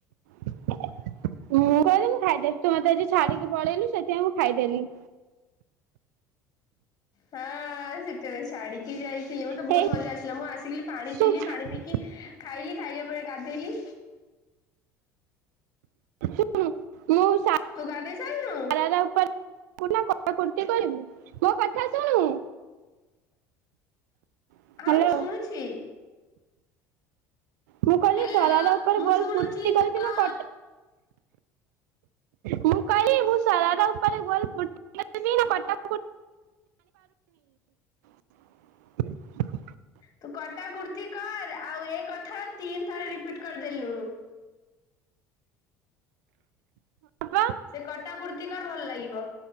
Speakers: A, on the right (about 70°); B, on the left (about 40°).
A: <inaudible> ମୁଁ କହିନି ଖାଇଦେଇକି ମୋତେ ଆଜି ଛାଡିକି ପଳେଇଲୁ ସେଥିପାଇଁ ମୁଁ ଖାଇଦେଲି।
B: ହଁ ସି ତ ଛାଡିକି ଯାଇଥିଲୁ ମତେ ବହୁତ
A: ହେଇ
B: ମଜା ଆସିଲା, ମୁଁ ଆସିକିଲି ପାଣି
A: ଶୁଣୁ
B: ପିଇଲି ପାଣି ପିଇକି ଖାଇଲି ଖାଇଲା ପରେ ଗାଧେଇଲି।
A: ହୁଁ ମୁଁ ଶା
B: ତୁ ଗାଧେଇ ସାରିଲୁଣୁ?
A: <unintelligible> ମୋ କଥା ଶୁଣୁ। ହ୍ୟାଲୋ
B: ହଁ ମୁଁ ଶୁଣୁଛି।
A: ମୁଁ କହିଲି
B: ହ୍ୟାଲୋ
A: ସାରାରା ଉପ
B: ମୁଁ
A: ଗୋଲ
B: ଶୁଣୁଛି
A: କୁର୍ତି କରି
B: ତୁ
A: ବିି
B: କହ?
A: ନା କ ମୁଁ କହିଲି ମୁ ସରାରା ଉପରେ <unintelligible> ଜାଣିପାରୁନି। <unintelligible>
B: ତୁ କଟା କୁର୍ତ୍ତି କର ଆଉ ଏ କଥା ତିନି ଥର ରିପିଟ କରିଦେଲୁଣୁ।
A: ହଁ।
B: ସେ କଟା କୁର୍ତ୍ତି କର ଭଲ ଲାଗିବ।